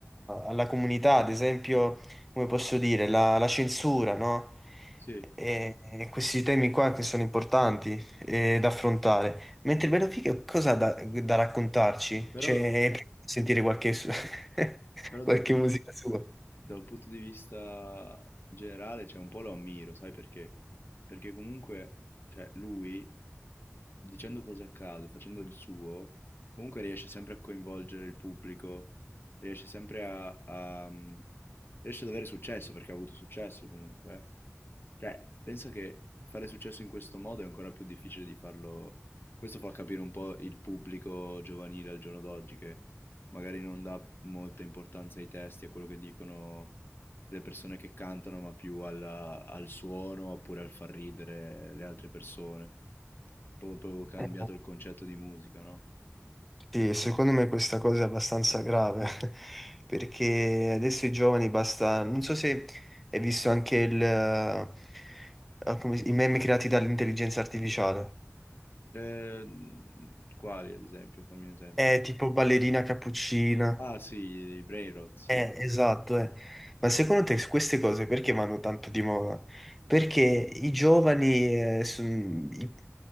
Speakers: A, in the centre; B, on the left.
A: alla comunità, ad esempio, come posso dire, la, la censura, no?
B: Sì,
A: E, e questi temi qua che sono importanti eh, da affrontare. Mentre Benefica cosa ha da, da raccontarci?
B: però,
A: Cioè,
B: da, un-
A: sentire qualche, su- <laughs>
B: però
A: qualche
B: da un pun-
A: musica sua.
B: da un punto di vista generale, cioè, un po' lo ammiro, sai perché? Perché comunque, cioè, lui... dicendo cose a caso, facendo il suo, comunque riesce sempre a coinvolgere il pubblico, riesce sempre a, a- mm, riesce ad avere successo perché ha avuto successo comunque. eh. Cioè, penso che fare successo in questo modo è ancora più difficile di farlo. Questo fa capire un po' il pubblico giovanile al giorno d'oggi che magari non dà molta importanza ai testi, a quello che dicono le persone che cantano, ma più alla- al suono oppure al far ridere le altre persone. Po proprio cambiato
A: Eh,
B: il concetto di musica, no?
A: Sì, secondo me questa cosa è abbastanza grave <laughs> perché adesso i giovani basta, non so se hai visto anche il, eh, ah, come si- i meme creati dall'intelligenza artificiale,
B: Ehm, quali ad esempio? Fammi un esempio.
A: è tipo ballerina cappuccina,
B: Ah sì, i Brainrot, sì.
A: eh, esatto, eh. Ma secondo te queste cose perché vanno tanto di moda? Perché i giovani eh, son- i-